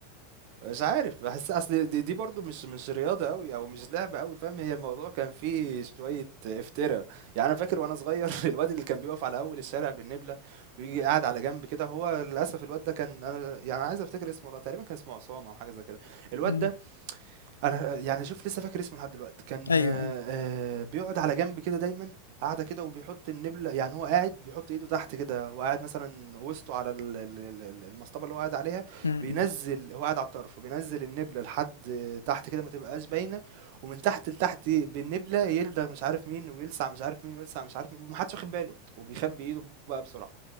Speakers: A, on the right; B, on the left.
A: مش عارف بحس أصل دي, دي برضو مش مش رياضة أوي أو مش لعبة أوي فاهم هي الموضوع كان فيه شوية افتراء، يعني أنا فاكر وأنا صغير <laughs> الواد اللي كان بيقف على أول الشارع بالنبلة ويجي قاعد على جنب كده هو للأسف الواد ده كان أنا يعني عايز أفتكر اسمه والله تقريبا كان اسمه عصام أو حاجة زي كده، الواد
B: مم.
A: ده أنا يعني شوف لسه فاكر اسمه لحد دلوقتي، كان
B: ايوه
A: آآ
B: ايوه
A: بيقعد على جنب كده دايمًا، قاعدة كده وبيحط النبلة يعني هو قاعد بيحط إيده تحت كده، هو قاعد مثلًا وسطه على ال ال ال ال المصطبة اللي هو قاعد عليها،
B: مم.
A: بينزّل هو قاعد على الطرف، بينزّل النبلة لحد تحت كده ما تبقاش باينة، ومن تحت لتحت بالنبلة يلدغ مش عارف مين، ويلسع مش عارف مين، ويلسع مش عارف مين، وما حدش واخد باله، وبيخبّي إيده بقى بسرعة.